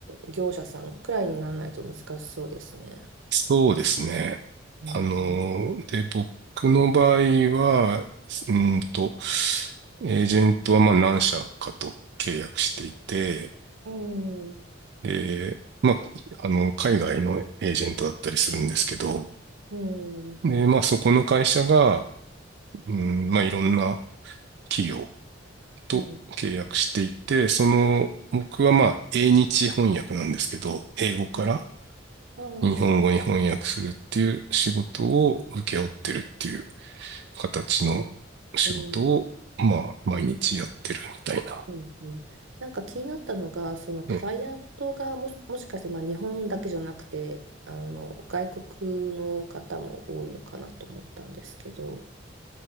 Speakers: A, on the right (about 85°); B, on the right (about 60°).
A: 業者さんくらいにならないと難しそうですね。
B: そうですね。
A: うん。
B: あの、で、僕の場合は、うーんと、エージェントはまあ何社かと契約していて、
A: うん、は
B: で、まあ、あの、海外のエージェントだったりするんですけど、
A: うん。
B: で、まあそこの会社が、うん、まあいろんな企業と契約していて、
A: うん。
B: その、僕はまあ、英日翻訳なんですけど、英語から
A: はい。ああ、
B: 日本語に翻訳するっていう仕事を請け負ってるっていう
A: はい。
B: 形の仕事を、
A: うん。
B: まあ、毎日やってるみたいな。
A: うん。うん。なんか気になったのが、そのクライアントがもし、
B: え
A: もしかしてまあ日本だけじゃなくて、あの外国の方も多いのかなと思ったんですけど、